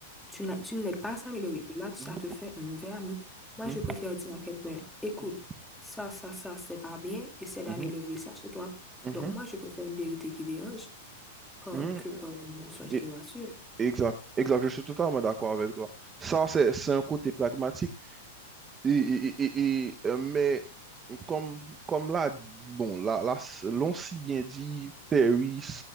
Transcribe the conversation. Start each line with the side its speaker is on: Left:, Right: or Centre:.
Centre: tu n'as- tu ne l'aides pas à s'améliorer. Là, ça
Right: mhm,
Centre: te fait un mauvais ami. Moi,
Right: mhm,
Centre: je préfère dire à quelqu'un, écoute,
Right: mhm,
Centre: ça, ça, ça, c'est pas bien. Essaie d'améliorer
Right: mhm,
Centre: ça chez toi.
Right: mhm,
Centre: Donc, moi, je préfère une vérité qui dérange pas
Right: mhm, mhm.
Centre: que par un mensonge
Right: Et-
Centre: qui rassure.
Right: Exact, exact, je suis totalement d'accord avec toi. Ça, c'est c'est un côté pragmatique. Et, et- et- et- euh, mais comme, comme là, bon, là, là, s- l'on si bien dit, Paris